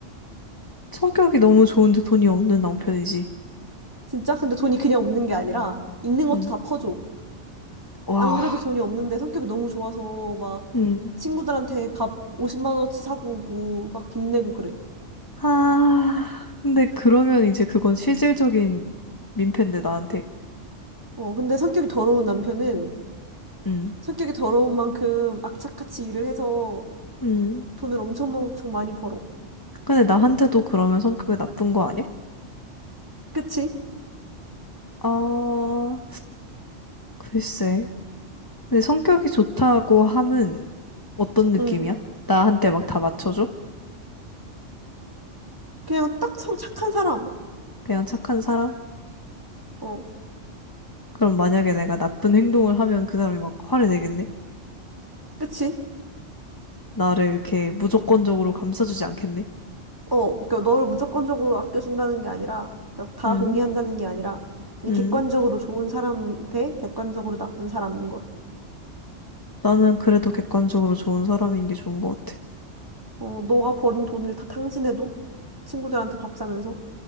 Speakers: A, on the left; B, on the right.
A: 성격이 너무 좋은데 돈이 없는 남편이지.
B: 진짜? 근데 돈이 그냥 없는 게 아니라 있는 것도
A: 음.
B: 다 퍼줘.
A: 와,
B: 안 그래도 돈이 없는데 성격이 너무 좋아서 막
A: 음.
B: 친구들한테 밥 50만 원어치 사고 오고 막 빚내고 그래.
A: 아, 근데 그러면 이제 그건 실질적인 민폐인데, 나한테.
B: 어, 근데 성격이 더러운 남편은
A: 음.
B: 성격이 더러운 만큼 악착같이 일을 해서
A: 음.
B: 돈을 엄청 엄청 많이 벌어.
A: 근데 나한테도 그러면 성격이 나쁜 거 아니야?
B: 그치?
A: 아, 글쎄. 근데 성격이 좋다고 함은 어떤 느낌이야?
B: 응.
A: 나한테 막 다 맞춰줘?
B: 그냥 딱 성 착한 사람.
A: 그냥 착한 사람?
B: 어,
A: 그럼 만약에 내가 나쁜 행동을 하면 그 사람이 막 화를 내겠네?
B: 그치?
A: 나를 이렇게 무조건적으로 감싸주지 않겠네.
B: 어, 그러니까 너를 무조건적으로 아껴준다는 게 아니라 그러니까 다
A: 음,
B: 동의한다는 게 아니라 그냥
A: 음.
B: 객관적으로 좋은 사람 대 객관적으로 나쁜 사람인 거야.
A: 나는 그래도 객관적으로 좋은 사람인 게 좋은 것 같아.
B: 어, 너가 버는 돈을 다 탕진해도? 친구들한테 밥 사면서?